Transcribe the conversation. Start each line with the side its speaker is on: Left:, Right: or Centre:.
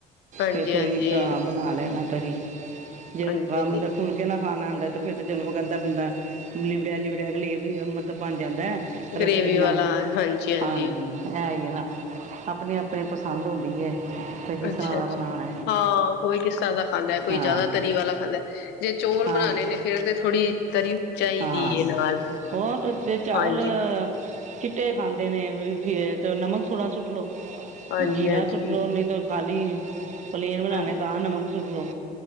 Left: ਹਾਂਜੀ-ਹਾਂਜੀ,
Right: ਫੇ ਥੋੜ੍ਹੀ ਬਣਾ ਲੈਣਾ ਤਰੀ। ਜੇ
Left: ਹਾਂਜੀ-ਹਾਂਜੀ
Right: ਰੁੱਖਾ, ਮਤਲਬ ਫੁਲਕੇ ਨਾਲ ਖਾਣਾ ਹੁੰਂਦਾ ਤੇ ਫੇਰ ਤੇ ਚਲੋ ਕਹਿੰਦਾ ਬੰਦਾ। ਲਿਵੜਿਆ ਲਿਵੜਿਆ ਲੇ ਵੀ ਮਤਲਬ ਬਣ ਜਾਂਦਾ ਐ।
Left: ਗ੍ਰੇਵੀ
Right: ਓ ਈ ਨਾ
Left: ਵਾਲਾ ਹਾਂਜੀ-ਹਾਂਜੀ।
Right: ਹਾਂਜੀ ਐ ਈ ਨਾ ਆਪਣੀ ਆਪਣੀ ਪਸੰਦ ਹੁੰਦੀ ਐ। ਜਿਸ
Left: ਅੱਛਾ-ਅੱਛਾ,
Right: ਤਰ੍ਹਾਂ ਦਾ ਬਣਾਣਾ।
Left: ਹਾਂ ਕੋਈ ਕਿਸ ਤਰ੍ਹਾਂ ਦਾ ਖਾਂਦਾ ਕੋਈ
Right: ਹਾਂ
Left: ਜ਼ਿਆਦਾ ਤਰੀ ਵਾਲਾ ਖਾਂਦਾ। ਜੇ ਚੋਲ
Right: ਹਾਂ
Left: ਬਣਾਣੇ ਨੇ ਫੇਰ ਤੇ ਥੋੜ੍ਹੀ ਤਰੀ ਚਾਹੀਦੀ
Right: ਹਾਂ
Left: ਏ ਨਾਲ
Right: ਹੋਰ ਜ ਚਾਵਲ
Left: ਹਾਂਜੀ।
Right: ਚਿੱਟੇ ਖਾਂਦੇ ਨੇ ਫਿਰ ਨਮਕ ਥੋੜ੍ਹਾ ਸੁੱਟ ਲਓ।
Left: ਹਾਂਜੀ-ਹਾਂਜੀ,
Right: ਜੀਰਾ
Left: ਹਾਂਜੀ।
Right: ਸੁੱਟ ਲ ਲੋ ਨਹੀਂ, ਤੋਂ ਖਾਲੀ ਪਲੇਨ ਬਣਾਉਣੇ
Left: ਹਾਂਜੀ
Right: ਤਾਂ ਨਮਕ ਸੁੱਟ ਲ ਲੋ।